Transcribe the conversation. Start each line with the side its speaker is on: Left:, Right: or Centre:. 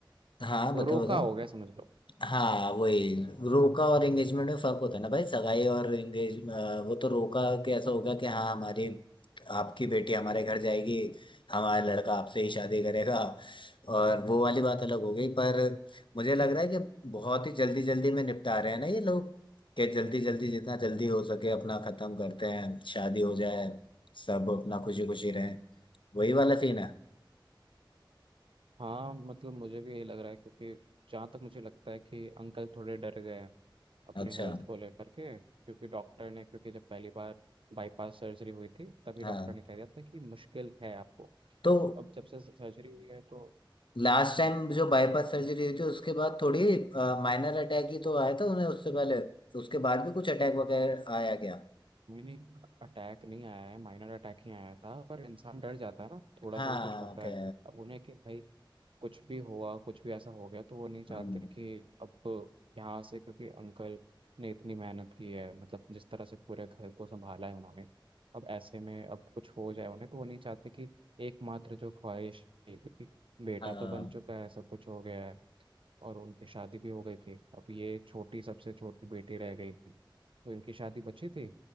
Left: हाँ बता
Right: रोका
Left: बता
Right: हो गया समझ लो
Left: हाँ वही रोका और एंगेजमेंट में फर्क होता है ना भाई सगाई और एंगेज वो तो रोका के ऐसा होगा कि हाँ हमारी आपकी बेटी हमारे घर जाएगी हमारा लड़का आपसे ही शादी करेगा और वो वाली बात अलग हो गई पर मुझे लग रहा है कि बहुत ही जल्दी जल्दी में निपटा रहे हैं ना ये लोग कि जल्दी जल्दी जितना जल्दी हो सके अपना खत्म करते हैं शादी हो जाए सब अपना खुशी खुशी रहें वही वाला सीन है
Right: हाँ मतलब मुझे भी यही लग रहा है क्योंकि जहाँ तक मुझे लगता है कि अंकल थोड़े डर गए हैं अपने
Left: अच्छा
Right: हेल्थ को लेकर के क्योंकि डॉक्टर ने क्योंकि जब पहली बार बाईपास सर्जरी हुई थी तभी
Left: हाँ
Right: डॉक्टर ने कह दिया था कि मुश्किल है आपको
Left: तो
Right: अब जब से सर्जरी हुई है तो
Left: लास्ट टाइम
Right: हाँ
Left: जो बाईपास सर्जरी हुई थी उसके बाद थोड़ी माइनर अटैक ही तो आया था उन्हें उससे पहले तो उसके बाद भी कुछ अटैक वगैरह आया क्या
Right: मैंने अटैक नहीं आया है माइनर अटैक ही आया था पर इंसान डर जाता है ना थोड़ा
Left: हाँ
Right: सा भी कुछ होता
Left: क्या
Right: है अब उन्हें कि भाई कुछ भी हुआ कुछ भी ऐसा हो गया तो वो नहीं चाहते
Left: हम्म,
Right: कि अब यहाँ से क्योंकि अंकल ने इतनी मेहनत की है मतलब जिस तरह से पूरे घर को संभाला है उन्होंने अब ऐसे में अब कुछ हो जाए उन्हें तो वो नहीं चाहते कि एकमात्र जो ख्वाहिश थी क्योंकि बेटा
Left: हाँ
Right: तो बन चुका है सब कुछ हो गया है और उनकी शादी भी हो गई थी अब ये छोटी सबसे छोटी बेटी रह गई थी तो इनकी शादी बची थी